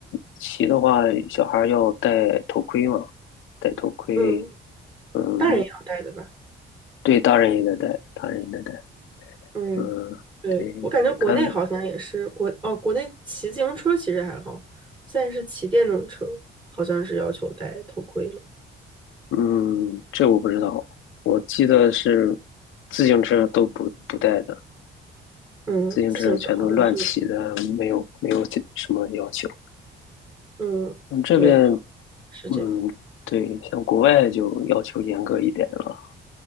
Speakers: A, on the left (about 80°); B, on the right (about 25°).
A: 骑的话，小孩儿要戴头盔嘛，戴头盔，
B: 嗯，
A: 嗯，
B: 大人也要带的吧？
A: 对，大人也得戴，大人也得戴，
B: 嗯。
A: 嗯，
B: 对，
A: 对，
B: 我感觉国内好像也是国哦，
A: 看，
B: 国内骑自行车其实还好，现在是骑电动车，好像是要求戴头盔了。
A: 嗯，这我不知道，我记得是自行车都不不带的，
B: 嗯，
A: 自行车全都乱骑的，
B: 自行车好像是，
A: 没有没有什么要求。
B: 嗯，
A: 嗯，这边
B: 对，好是这样。
A: 嗯，对，像国外就要求严格一点了。